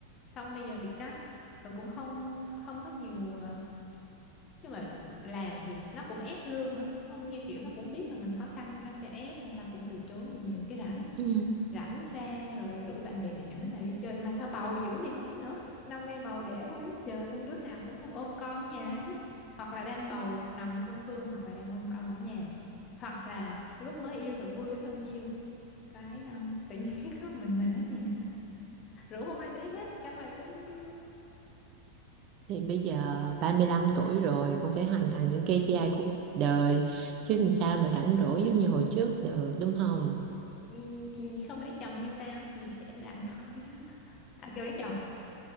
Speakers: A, on the left; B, on the right.
A: Xong bây giờ bị cắt Rồi cũng không không có nhiều à, chứ mà làm thì nó cũng ép lương nữa không như kiểu nó cũng biết là mình khó khăn nhưng nó sẽ ép nên tao cũng từ chối nhiều cái rảnh
B: Ừ.
A: rảnh ra rồi rủ bạn bè thì chẳng đứa nào đi chơi mà sao bầu dữ vậy không biết nữa <laughs> năm nay bầu đẻ quá trời luôn đứa nào cũng đang ôm con ở nhà hết hoặc là đang bầu nằm như con Phương hoặc là đang ôm con ở nhà hoặc là lúc mới yêu thật vui biết bao nhiêu cái um, tự nhiên <laughs> có mình mình ở nhà rủ không ai đi hết cả mày cũng không đi luôn
B: thì bây giờ ba mươi lăm tuổi rồi cũng phải hoàn thành những KPI của cuộc đời chứ làm sao mà rảnh rỗi giống như hồi trước được đúng không
A: gì thì không lấy chồng như tao thì sẽ rảnh thôi <laughs> à kêu lấy chồng